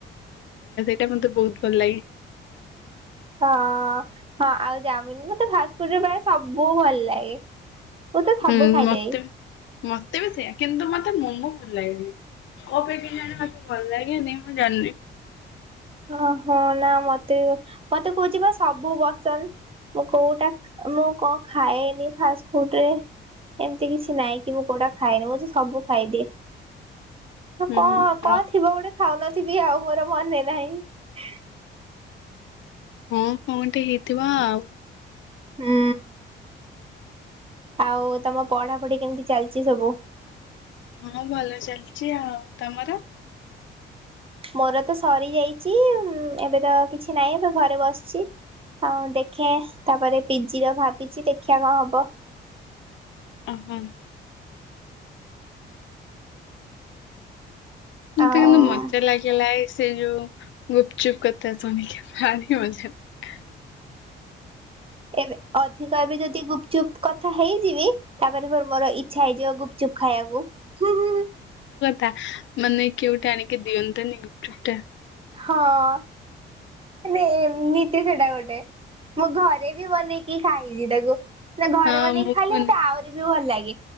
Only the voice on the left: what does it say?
ଏଇଟା ମତେ ବହୁତ ଭଲ ଲାଗେ।
ହୁଁ
ମତେ ବି ମତେ ବି ସେଇଆା କିନ୍ତୁ ମତେ ମତେ ମୋମୋ ଭଲ ଲାଗନି କୋ ପାଇଁକ ଜାଣ ମତେ ଭଲ ଲାଗେନି ମୁଁ ଜାଣିନି।
ହୁଁ
ହୁଁ
ହଁ କଣ ଗୋଟେ ହେଇଥିବ ଆଉ।
ହଁ ଭଲ ଚାଲିଛି ଆଉ ତମର?
ହଁ ମତେ
କିନ୍ତୁ ମଜା ଲାଗିଲା ସେ ଯୋଉ ଗୁପଚୁପ୍ କଥା ଶୁଣିକି ଭାରି ମଜାକ
ତା ମାନେ କିଏ ଗୋଟେ ଆଣିକି ଦିଅନ୍ତାନି ଗୁପଚୁପ୍ ଟା।
ହଁ
ମୁଁ ବି
ବନେଇ